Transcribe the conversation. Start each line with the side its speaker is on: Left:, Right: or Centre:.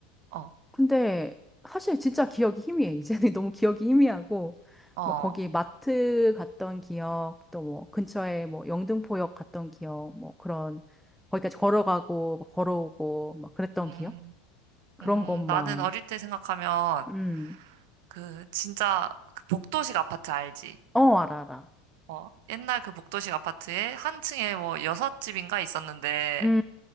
Right: 어,
Centre: 근데 사실 진짜 기억이 희미해. 이제는 <laughs> 너무 기억이 희미하고,
Right: 어,
Centre: 막 거기 마트 갔던 기억, 또 뭐 근처에 뭐 영등포역 갔던 기억, 뭐 그런, 거기까지 걸어가고, 막 걸어오고, 막 그랬던
Right: 음,
Centre: 기억? 그런
Right: 음,
Centre: 것만.
Right: 나는 어릴 때 생각하면,
Centre: 음,
Right: 그, 진짜, 그 복도식 아파트 알지?
Centre: 어, 알아, 알아.
Right: 어, 옛날 그 복도식 아파트에 한 층에 뭐 여섯 집인가 있었는데,
Centre: 음,